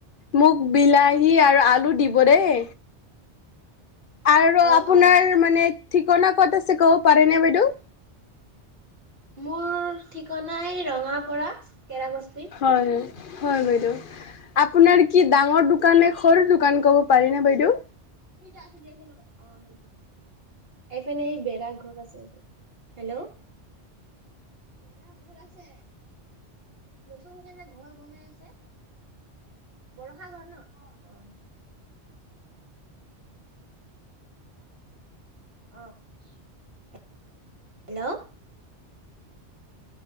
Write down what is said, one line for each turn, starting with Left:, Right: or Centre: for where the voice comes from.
Left: মোক বিলাহী আৰু আলু দিব দেই। আৰু
Right: অ
Left: আপোনাৰ
Right: অ
Left: মানে ঠিকনা ক'ত আছে ক'ব পাৰেনে বাইদেউ?
Right: মোৰ ঠিকনাই ৰঙাপৰা কেৰা বস্তি।
Left: হয়। হয় বাইদেউ, আপোনাৰ কি ডাঙৰ দোকান নে সৰু দোকান ক'ব পাৰিনে বাইদেউ?
Right: কেইটা আছে <unintelligible> এইফানে সেই বেৰা ঘৰত আছে এইটো। হেল্ল'? বেৰা ঘৰ আছে। নতুন কে যে ঘৰ বনাই আছে বৰষা ঘৰ ন, অ' অ' হেল্ল'?